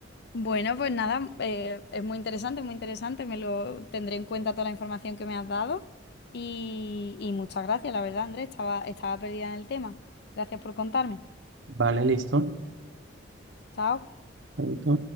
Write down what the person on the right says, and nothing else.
Vale, listo.
Chaito.